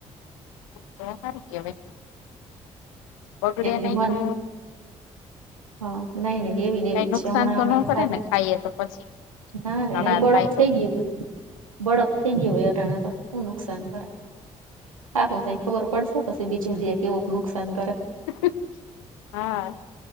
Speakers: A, on the left; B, on the right.
A: તો સારું કેવાય બગડે
B: એક દી
A: નય
B: મન
A: તો
B: હા નઈ ન‌ઈ એવી ન
A: કઈ
B: એવી જ
A: નુકસાન
B: છે હમણાં
A: તો
B: અમે
A: ન
B: એક
A: કરે
B: ખાધી
A: ને ખાઈએ તો પછી
B: ના રે
A: ઝાડા
B: ના ઈ બળફ
A: થાય
B: થઈ
A: તો
B: ગ્યો હોય બડફ થઈ ગયો હોય અટાણે તો હુ નુકસાન કરે? ખાહુ ખબર પડશે પછી બીજે દી કેવુંક નુકસાન કરે
A: <inaudible> હા